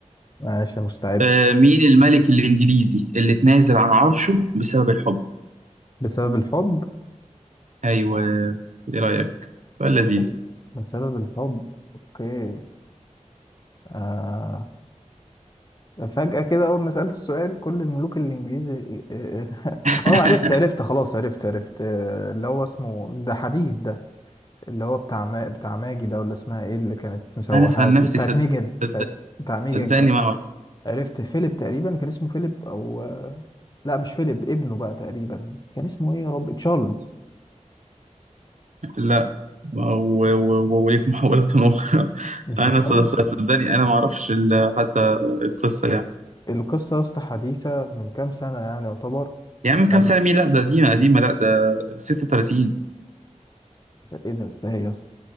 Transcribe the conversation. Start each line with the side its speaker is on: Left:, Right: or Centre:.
Left: ماشي مستعد
Right: آه مين الملك الإنجليزي اللي اتنازل عن عرشه بسبب الحب
Left: بسبب الحب
Right: أيوه إيه رأيك سؤال لذيذ
Left: طيب. بسبب الحب اوكي آه. فجأة كده اول ما سألت السؤال كل الملوك الانجليزي <laughs> اه
Right: <laughs>
Left: آه، عرفت عرفت خلاص عرفت عرفت آه، اللي هو اسمه ده حديث ده اللي هو بتاع ما... بتاع ماجي ده ولا اسمها ايه اللي كانت مسوحة
Right: أنا سأل
Left: دي
Right: نفسي
Left: بتاعت
Right: صدق
Left: ميجن
Right: صدق-
Left: بتاعت بتاع ميجن
Right: صدقني
Left: ك...
Right: ما أعرف
Left: عرفت فيليب تقريبا كان اسمه فيليب او آه، لا مش فيليب ابنه بقى تقريبا كان اسمه ايه يا رب تشارلز
Right: لا و- و- و- وليك محاولة أخرى <laughs>
Left: مش
Right: أنا
Left: تشارلز
Right: صدق- صدقني أنا ما أعرفش ال- حتى القصة يعني
Left: القصة يا اسطى حديثة من كام سنة يعني يعتبر
Right: يا عم
Left: لما
Right: كام سنة مين لا ده قديمة قديمة لا ده 36
Left: ايه ده ازاي يا اسطى